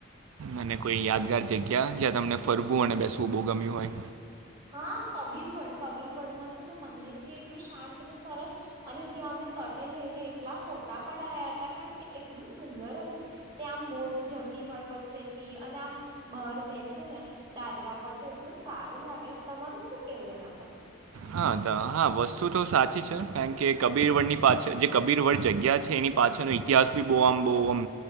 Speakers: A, on the right; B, on the right.
A: અને કોઈ યાદગાર જગ્યા જ્યાં તમને ફરવું અને બેસવું બહુ ગમ્યું હોય.
B: હા કબીરવડ કબીરવડમાં છે ને મંદિર બી એટલું શાંત ને સરસ અને ત્યાં અમે તટે જઈને એટલા ફોટા પડાયા હતા કારણ કે એટલું સુંદર હતું. ત્યાં આમ બોટ જતી હોય વચ્ચેથી અને આમ બાર બેસે ને દાદરા પર તો એટલું સારું લાગે તમારું શું કેવું એના પર
A: હા હા વસ્તુ તો સાચી છે કારણ કે કબીર વડની પાછે જે કબીર વળ જગ્યા છે, એની પાછળનો ઇતિહાસ ભી બહુ આમ બહુ આમ